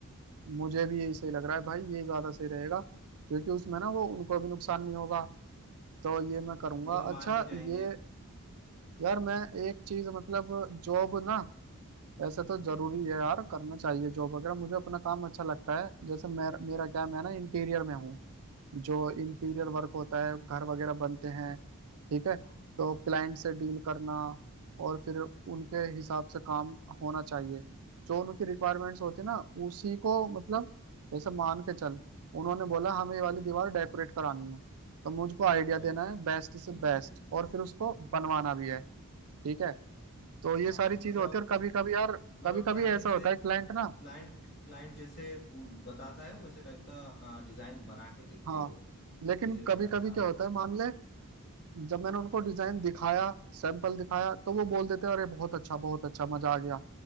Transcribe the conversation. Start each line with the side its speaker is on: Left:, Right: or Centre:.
Right: मुझे भी यही सही लग रहा है भाई ये ज्यादा सही रहेगा क्योंकि उसमें ना वो उनको भी नुकसान नहीं होगा तो
Left: हाँ
Right: ये मैं करूँगा
Left: वो भी मान
Right: अच्छा
Left: भी जाएंगे
Right: ये यार मैं एक चीज मतलब जॉब ना वैसे तो
Left: हाँ
Right: जरूरी
Left: हाँ
Right: है यार करना चाहिए जॉब वगैरह मुझे अपना काम अच्छा लगता है जैसे मेर, मेरा क्या है मैं ना इंटीरियर में हूँ जो इंटीरियर
Left: अच्छा
Right: वर्क होता है घर वगैरह बनते हैं ठीक है तो
Left: हाँ हाँ
Right: क्लाइंट से डील करना और फिर उनके हिसाब से काम होना चाहिए जो उनकी रिक्वायरमेंट्स होती है ना उसी को मतलब जैसे मान के चल उन्होंने बोला हमें ये वाली दीवार डेकोरेट करानी है तो मुझको आइडिया
Left: अच्छा
Right: देना है बेस्ट
Left: ठीक
Right: से बेस्ट
Left: है ठीक है
Right: और फिर उसको बनवाना भी है ठीक है तो ये
Left: हाँ
Right: सारी
Left: हाँ
Right: चीजें
Left: मतलब
Right: होती है और कभी कभी यार
Left: मतलब
Right: कभी
Left: क्लाइंट
Right: कभी ऐसा
Left: से
Right: होता है क्लाइंट ना
Left: क्लाइंट क्लाइंट जैसे पू- बताता है वैसे टाइप का डिजाइन बना के देते
Right: हाँ
Left: हो
Right: लेकिन
Left: ये रहता
Right: कभी
Left: है
Right: कभी
Left: ना काम
Right: क्या होता है मान ले जब
Left: हाँ
Right: मैंने
Left: हाँ
Right: उनको डिजाइन दिखाया सैंपल दिखाया तो वो बोल देते हैं अरे बहुत अच्छा बहुत अच्छा मजा आ गया